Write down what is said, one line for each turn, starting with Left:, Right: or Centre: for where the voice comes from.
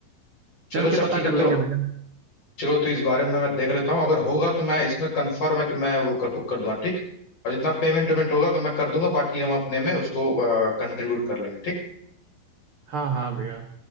Left: चलो
Right: चल
Left: अच्छा
Right: के पता
Left: ठीक है
Right: कर लेंगे
Left: तो
Right: भैया
Left: चलो तो इस बारे में मैं देख लेता हूँ अगर होगा तो मैं इसमें कंफर्म है कि मैं वो कर बुक कर दूंगा ठीक और जितना पेमेंट वेमेंट होगा तो मैं कर दूंगा बाकी हम अपने में उसको कंट्रीब्यूट कर लेंगे ठीक
Right: हाँ हाँ भैया